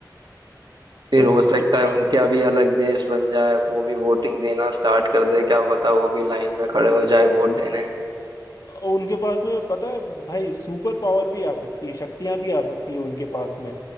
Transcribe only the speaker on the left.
<laughs>
उनके पास में पता है भाई सुपर पावर भी आ सकती है शक्तियां भी आ सकती है उनके पास में